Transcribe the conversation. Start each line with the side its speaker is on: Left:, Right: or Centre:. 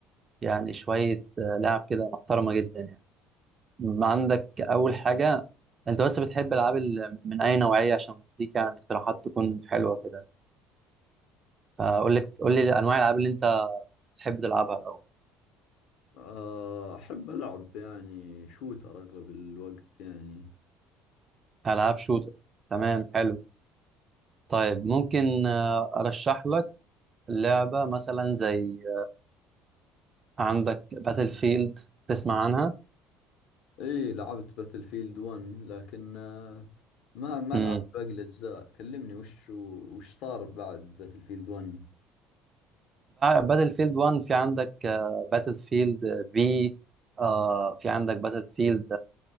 Right: يعني شويه آه، لعب كده محترمه جدا يعني م- عندك اول حاجه انت بس بتحب العاب ال- من اي نوعيه عشان اديك يعني اقتراحات تكون حلوه كده اقول لك قول لي انواع الالعاب اللي انت بتحب تلعبها الاول
Left: آه، أحب ألعب يعني شوتر أغلب الوقت يعني
Right: العاب شوتر تمام حلو طيب ممكن آه، ارشح لك لعبه مثلا زي آه، عندك باتل فيلد تسمع عنها
Left: اي لعبت باتل فيلد 1 لكن آه، ما ما
Right: امم
Left: لعبت باقي الاجزاء كلمني وش وش صار بعد باتل فيلد 1
Right: باتل فيلد 1 في عندك باتل فيلد في آه في عندك باتل فيلد